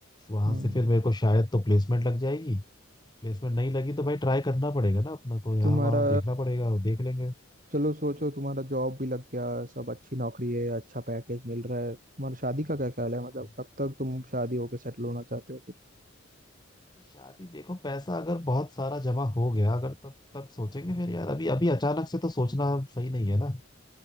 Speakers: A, on the left; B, on the right.
A: वहां
B: हम्म।
A: से फिर मेरे को शायद तो प्लेसमेंट लग जाएगी प्लेसमेंट नहीं लगी तो भाई ट्राई करना पड़ेगा ना अपना को यहाँ
B: तुम्हारा
A: वहाँ देखना पड़ेगा वो देख लेंगे
B: चलो सोचो तुम्हारा जॉब भी लग गया सब अच्छी नौकरी है अच्छा पैकेज मिल रहा है तुम्हारा शादी का क्या ख्याल है मतलब
A: हाँ।
B: कब तक तुम शादी होके सेटल होना चाहते हो फिर
A: शादी देखो पैसा अगर बहुत सारा जमा हो गया अगर तब तब सोचेंगे फिर यार अभी अभी अचानक से तो सोचना सही नहीं है ना